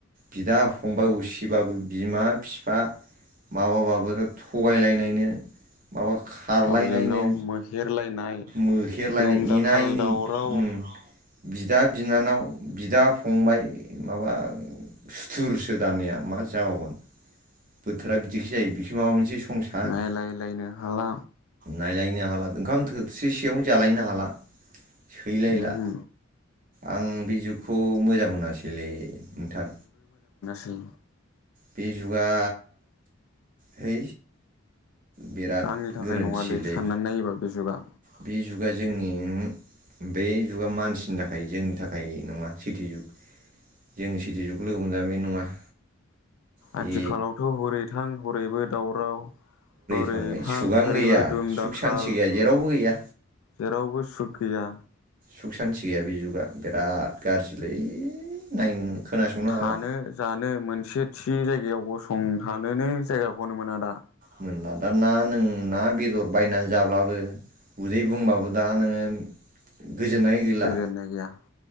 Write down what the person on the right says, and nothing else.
बिदा-फंबाय असिबाबो बिमा-फिफा माबाबाबो थगायलायनायनो माबा खारलायनायनो
मोहेरलायनाय
एना एनि
उम बिदा-बिनानाव बिदा-फंबाय माबा सुथुरसो दानिया मा जाबावगोन? बोथोरा बिदिखि जायो बिख माबा मोनसे स संसार
नायलायनो हाला ओंखाम थोबथिसेयावनो जालायननो हाला सैलायला
आं बे जुगखौ मोजां मोनासैलै नोंथां।
बे जुगा है। बिराद
गोरोन्थिलै
बे जुगा जोंनि बे जुगा मानसिनि थाखाय जोंनि थाखाय नङा सैथो जुग जों सैथो जुग लोगो मोननाया बे नङा। बे
थाङै
सुगानो
गैया
सुख
सान्थि गैया जेरावबो गैया
सुख सान्थि गैया बे जुगा बिराद गाज्रिलै नायनो। खोनासंनो
हाला
मोनला दा ना नों ना बेदर बायनानै जाब्लाबो उदै बुंबाबो दा नोङो गोजोननाय गैला।